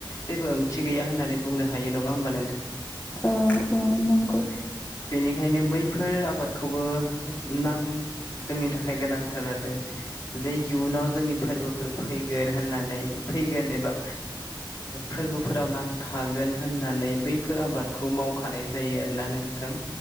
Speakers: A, on the left (about 45°); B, on the left (about 25°).
A: जेबो ओंथि गैया होननानै बुंनो हायो नङा होमबा नों
B: औ औ नंगौ।
A: बेनिखायनो बैफोर आबादखौबो नां जोंनि थाखाय गोनांथार आरो। जे इयुनाव जोंनि फोरबोफोर फैगोन होननानै फैगोन एबा फोरबोफोराव नांखागोन होननानै बैफोर आबादखौ मावखानाय जायो आरोना नोंथां।